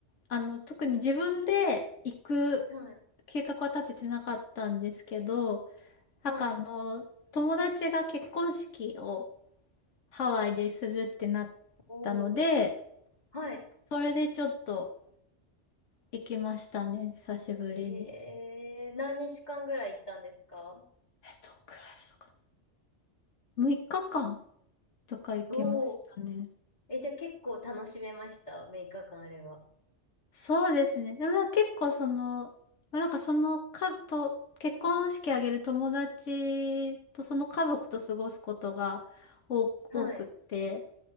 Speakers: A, on the left (about 85°); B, on the left (about 35°).
A: あの、特に自分で行く
B: はい。
A: 計画は立ててなかったんですけど、なんかあの、
B: はい。
A: 友達が結婚式をハワイでするってなったので、
B: おー。はい。
A: それでちょっと行きましたね。久しぶりに。
B: へえ何日間ぐらい行ったんですか
A: えっクラスか。6日間とか行きましたね。
B: おおー。え、じゃあ結構楽しめました。6か間あれば。
A: そうですね。でもなんか結構その、まあなんかそのかと、結婚式あげる友達とその家族と過ごすことが多、
B: はい。
A: 多くって、